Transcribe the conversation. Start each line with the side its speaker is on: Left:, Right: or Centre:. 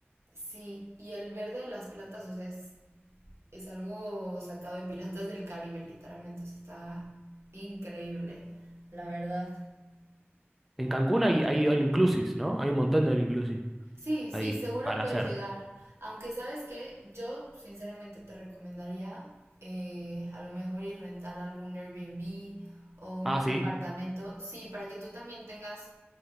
Right: Sí, y el verde de las plantas, o sea, es es algo sacado de Piratas del Caribe, literalmente. O sea, está increíble, la verdad.
Centre: En Cancún hay, hay all inclusives, ¿no? Hay un montón de all inclusive
Right: Sí, sí,
Centre: ahí
Right: seguro
Centre: para
Right: puedes
Centre: hacer.
Right: llegar. Aunque sabes que yo sinceramente te recomendaría eh, a lo mejor ir rentar algún Airbnb o un
Centre: Ah, sí,
Right: apartamento. Sí, para que tú también tengas